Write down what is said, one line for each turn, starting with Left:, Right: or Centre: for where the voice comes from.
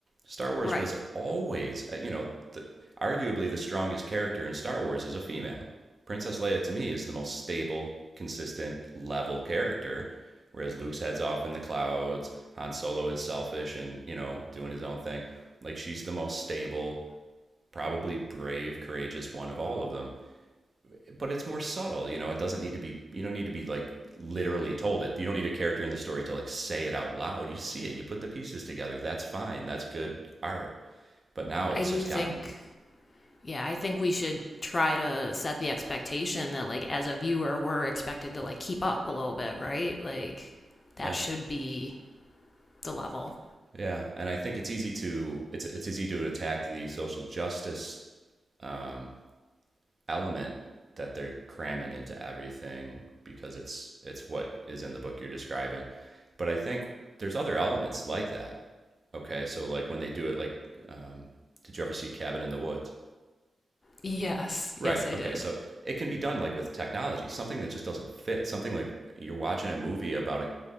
Right: Star Wars
Left: Right.
Right: was always, uh, you know, the, arguably the strongest character in Star Wars is a female. Princess Leia to me is the most stable, consistent, level character. Whereas Luke's heads off in the clouds, Han Solo is selfish and you know doing his own thing. Like she's the most stable, probably brave, courageous one of all of them but it's more subtle. You know, it doesn't need to be. You don't need to be like literally told it. You don't need a character in the story to like say it out loud. You see it. You put the pieces together. That's fine. That's good art. But now it's
Left: I do
Right: just
Left: think
Right: gotten
Left: Yeah, I think we should try to set the expectation that like as a viewer we're expected to like keep up a little bit, right? Like that
Right: yeah,
Left: should be the level.
Right: yeah, and I think it's easy to it's it's easy to attack the social justice um, element that they're cramming into everything because it's it's what is in the book you're describing. But I think there's other elements like that. Okay, so like when they do it, like um, did you ever see Cabin in the Woods?
Left: Yes,
Right: Right.
Left: yes, I
Right: Okay.
Left: did.
Right: So it can be done like with technology, something that just doesn't fit. Something like you're watching a movie about a,